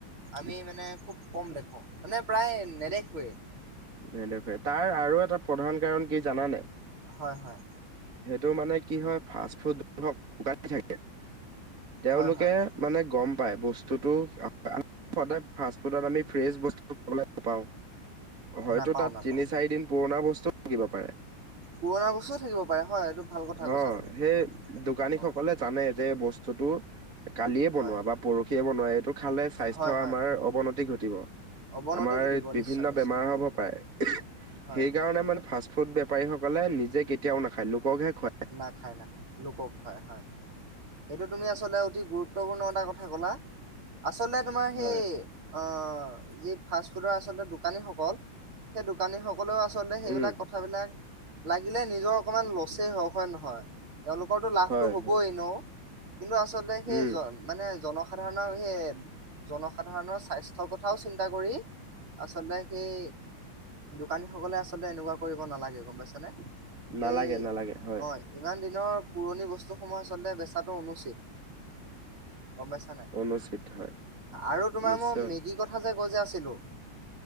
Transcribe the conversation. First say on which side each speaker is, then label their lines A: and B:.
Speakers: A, on the right; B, on the right.
A: আমি মানে খুব কম দেখোঁ, মানে প্ৰায় নেদেখোৱে।
B: নেদেখোৱে। তাৰ আৰু এটা প্ৰধান কাৰণ কি জানানে?
A: হয়, হয়।
B: সেইটো মানে কি হয়, ফাষ্ট ফুড হওঁক <unintelligible> থাকে। তেওঁলোকে
A: হয় হয়
B: মানে গম পায় বস্তুটো <unintelligible> সদায় ফাষ্ট-ফুডত আমি ফ্ৰেছ বস্তু খাবলৈ নাপাওঁ। হয়তো
A: নাপাওঁ
B: তাত
A: নাপাওঁ
B: তিনি-চাৰিদিন পুৰণা বস্তু থাকিব পাৰে।
A: পুৰণা বস্তুও থাকিব পাৰে, হয়, এইটো ভাল কথা
B: অ
A: কৈছা তুমি।
B: সেই দোকানীসকলে
A: অ
B: জানে যে বস্তুটো কালিয়ে বনোৱা
A: হয়
B: বা পৰহিয়ে বনোৱা। এইটো খালে স্বাস্থ্য
A: হয় হয়
B: আমাৰ অৱনতি ঘটিব।
A: অৱনতি
B: আমাৰ
A: ঘটিব
B: বিভিন্ন
A: নিশ্চয় নিশ্চয়
B: বেমাৰ হ'ব পাৰে।
A: হয়
B: সেই কাৰণে মানে ফাষ্ট ফুড বেপাৰীসকলে নিজে কেতিয়াও নাখায়, লোককহে খুৱায়।
A: নাখায়, নাখায়, লোকক খোৱায়, হয়। সেইটো তুমি আচলতে অতি গুৰুত্বপূৰ্ণ এটা কথা ক'লা। আচলতে তোমাৰ সেই
B: হয়
A: অ'- যি ফাষ্টফুডৰ আচলতে দোকানীসকল, সেই দোকানীস কলেও আচলতে সেইবিলাক
B: উম,
A: কথাবিলাক, লাগিলে নিজৰ অকমান লচেই হওঁক, হয় নহয়? তেওঁলোকৰতো লাভটো
B: হয়,
A: হবই
B: হয়,
A: ন', কিন্তু আচলতে সেই
B: উম,
A: জন মানে জনসাধাৰণৰ সেই- জনসাধাৰণৰ স্বাস্থ্যৰ কথাও চিন্তা কৰি আচলতে সেই দোকানীসকলে আচলতে এনেকুৱা কৰিব নালাগে, গম পাইছনে?
B: নালাগে,
A: এই
B: নালাগে, হয়,
A: অ' ইমান দিনৰ পুৰণি বস্তুসমূহ আচলতে বেচাটো অনুচিত। গম পাইছা নে নাই?
B: অনুচিত হয়,
A: আৰু তোমাৰ
B: নিশ্চয়,
A: মোৰ মেগি কথা যে কৈ আছিলো,